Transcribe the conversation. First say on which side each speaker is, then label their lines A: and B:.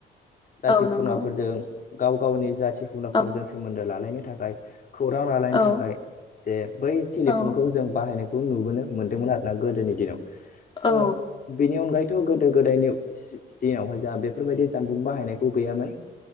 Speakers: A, on the left; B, on the left.
A: जाथि
B: औ नंगौ
A: खुरमाफोरजों गाव गावनि जाथि खुरमाफोरजों
B: औ
A: सोमोन्दो लालायनो थाखाय खौरां लाानायनि
B: औ
A: थाखाय जे बै टेलिफनखौ
B: औ
A: जों बाहायनायखौ नुबोनो मोन्दोंमोन आरो। ना गोदोनि दिनाव स
B: औ
A: बेनि अनगायै थ' गोदो गोदायनि दिनावहाय जोंहा बेफोरबायदि जानबुं बाहायनायखौ गैयामोन।